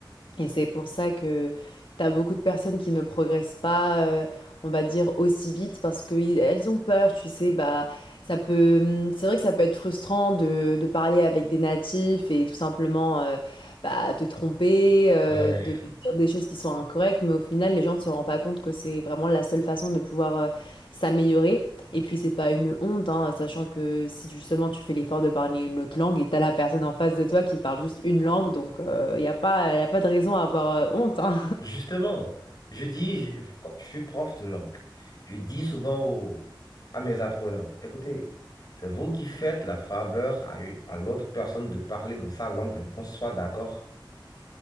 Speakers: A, on the left; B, on the left.
A: Et c'est pour ça que t'as beaucoup de personnes qui ne progressent pas, euh, on va dire, aussi vite parce que i- elles ont peur, tu sais, bah, ça peut, hum, c'est vrai que ça peut être frustrant de, de parler avec des natifs et tout simplement, euh, bah, te tromper, euh,
B: Ouais.
A: de dire des choses qui sont incorrectes, mais au final, les gens ne se rendent pas compte que c'est vraiment la seule façon de pouvoir, euh, s'améliorer. Et puis c'est pas une honte, hein, sachant que si justement tu fais l'effort de parler une autre langue et t'as la personne en face de toi qui parle juste une langue, donc il n'y a pas, y a pas de raison à avoir euh, honte. hein.
B: Justement, je dis, je, quand je suis prof de langue, je dis
A: <laughs>
B: souvent aux à mes apprenants, écoutez, c'est vous qui faites la faveur à, une- à l'autre personne de parler dans sa langue, hein, qu'on soit d'accord.